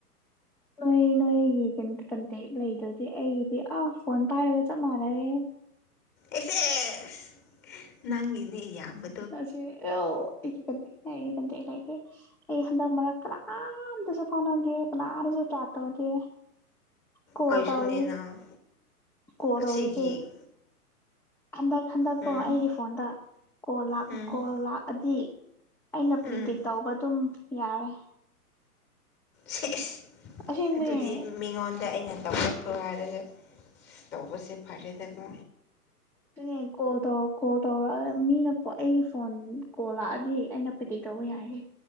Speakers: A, in the centre; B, on the left.
A: ꯅꯣꯏ ꯅꯣꯏꯒꯤ ꯀꯟꯇꯦꯛ ꯂꯩꯗꯨꯗꯤ ꯑꯩꯒꯤꯗꯤ ꯑꯥ ꯐꯣꯟ ꯄꯥꯏꯔꯒ ꯆꯞ ꯃꯥꯟꯅꯔꯦꯍꯦ
B: ꯑꯦꯁꯦꯁ ꯅꯪꯒꯤꯅꯦ ꯌꯥꯝꯕ
A: ꯅꯁꯦ ꯑꯩꯌꯣ ꯑꯩꯒꯤ ꯀꯦꯟꯇꯦꯛ ꯂꯩꯇꯦ ꯑꯩ ꯍꯟꯗꯛ ꯃꯔꯛ ꯀꯅꯥꯝꯗꯁꯨ ꯐꯥꯎꯅꯗꯦ ꯀꯅꯥꯗꯁꯨ ꯆꯥꯠ ꯇꯧꯗꯦ ꯀꯣꯜ
B: ꯑꯩꯁꯨꯅꯦꯅ
A: ꯇꯧꯔꯛꯏ ꯀꯣꯜ
B: ꯑꯁꯤꯒꯤ
A: ꯇꯧꯔꯛꯏꯁꯦ ꯍꯟꯗꯛ ꯍꯟꯗꯛꯀꯣ
B: ꯎꯝ
A: ꯑꯩꯒꯤ ꯐꯣꯟꯗ ꯀꯣꯜ ꯂꯥꯛ
B: ꯎꯝ
A: ꯀꯣꯜ ꯂꯥꯛꯑꯗꯤ ꯑꯩꯅ
B: ꯎꯝ
A: ꯄ꯭ꯔꯤꯗꯤꯛ ꯇꯧꯕ ꯑꯗꯨꯝ ꯌꯥꯔꯦ
B: ꯁꯦꯁ
A: ꯑꯁꯦꯡꯕꯅꯦ
B: ꯑꯗꯨꯗꯤ ꯃꯤꯉꯣꯟꯗ ꯑꯩꯅ ꯇꯧꯔꯛ ꯊꯨꯒꯥꯏꯔꯒ ꯇꯧꯕꯁꯦ ꯐꯔꯦꯗꯀꯣ
A: ꯑꯗꯨꯅꯦ ꯀꯣꯜ ꯇꯧꯔ ꯀꯣꯜ ꯇꯧꯔ ꯃꯤꯅꯣ ꯑꯩꯒꯤ ꯐꯣꯟ ꯀꯣꯜ ꯂꯥꯛꯑꯗꯤ ꯑꯩꯅ ꯀꯗꯤ ꯇꯧꯕ ꯌꯥꯏꯌꯦ